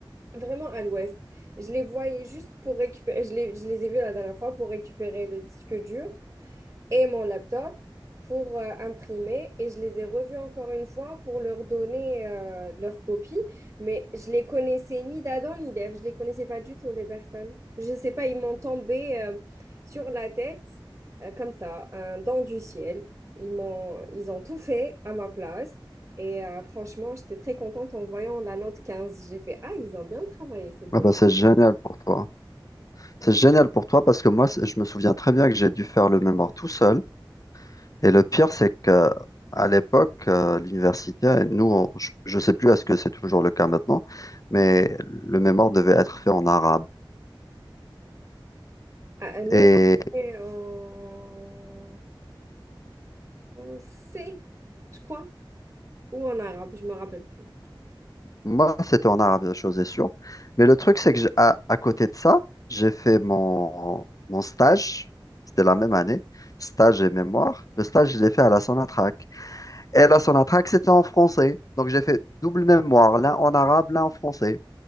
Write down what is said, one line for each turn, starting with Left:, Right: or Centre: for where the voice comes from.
Right: vraiment à l'ouest. Je les voyais juste pour récupérer, je les, je les ai vus la dernière fois pour récupérer le disque dur et mon laptop pour euh, imprimer et je les ai revus encore une fois pour leur donner euh, leur copie, mais je les connaissais ni d'Adam ni d'Ève, je les connaissais pas du tout les personnes. Je sais pas, ils m'ont tombé euh, sur la tête euh, comme ça, un don du ciel. Ils m'ont, ils ont tout fait à ma place et euh, franchement, j'étais très contente en voyant la note quinze J'ai fait ah, ils ont bien travaillé ces deux-là.
Left: Ah bah, c'est génial pour toi. C'est génial pour toi parce que moi, c'est- je me souviens très bien que j'ai dû faire le mémoire tout seul. Et le pire, c'est que à l'époque, euh, l'université, euh, nous, on- je ne sais plus à ce que c'est toujours le cas maintenant, mais le mémoire devait être fait en arabe.
Right: Ah, nous
Left: Et
Right: on est en français, je crois. ou en arabe, je me rappelle plus.
Left: moi, c'était en arabe, chose est sûre. Mais le truc, c'est que j'ai- à, à côté de ça, j'ai fait mon, mon stage. C'était la même année, stage et mémoire. Le stage, je l'ai fait à la Sonatrach. Et la Sonatrach, c'était en français. Donc, j'ai fait double mémoire, l'un en arabe, l'un en français.